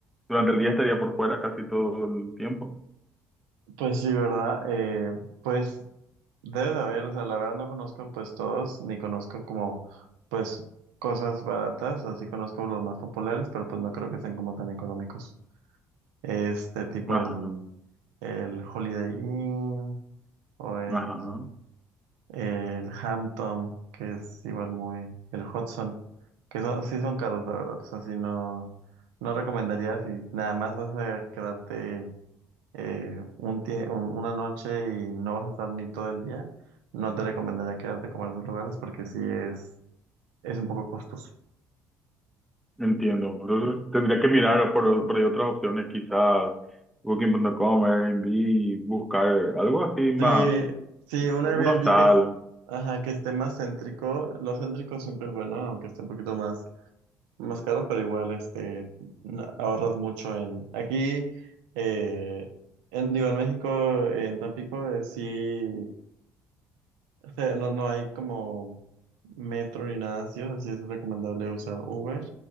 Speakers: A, in the centre; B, on the right (about 75°).
A: durante el día estaría por fuera casi todo el tiempo.
B: pues sí, ¿verdad? Eh, pues Debe de haber, o sea, la verdad no conozco pues todos, ni conozco como pues cosas baratas, así conozco los más populares, pero pues no creo que sean como tan económicos. Este tipo
A: Ajá,
B: el, el Holiday Inn o el,
A: ¿no? ajá, ¿no?
B: el Hampton, que es igual muy, el Hudson, que son, sí son caros, la verdad, o sea, sí no, no recomendaría si nada más vas a quedarte eh, un tie- un- una noche y no vas a estar ni todo el día, no te recomendaría quedarte como en esos lugares porque sí es, es un poco costoso.
A: entiendo. Entonces tendría que mirar por, por ahí otras opciones, quizás Booking.com, Airbnb, buscar algo así más,
B: Sí, sí, un Airbnb
A: un hostal,
B: que, es- ajá, que esté más céntrico, lo céntrico siempre es bueno, aunque esté un poquito más, más caro, pero igual este, na- ahorras mucho en... Aquí, eh, en, digo, en México, en Tampico, eh, sí. O sea, no, no hay como metro ni nada así, así es recomendable usar Uber.